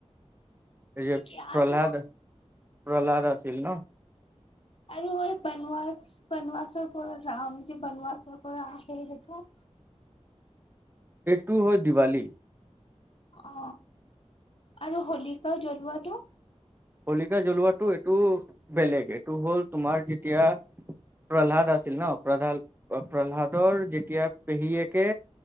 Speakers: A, on the right; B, on the left.
A: এই যে
B: নেকি আৰু
A: প্ৰহ্লাদ প্ৰহ্লাদ আছিল ন
B: আৰু বনৱাসৰ পৰা ৰামজী বনৱাসৰ পৰা আহে সেইটো
A: টো হল দিৱালী
B: অ আৰু হলিকাও জ্বলোৱাতটো
A: শলিকা জ্বলোৱাটো এইটো বেলেগ এইটো হ'ল তোমাৰ যেতিয়া প্ৰহ্লাদ আছিল ন প্ৰহ প্ৰহ্লাদৰ যেতিয়া পেহীয়েকে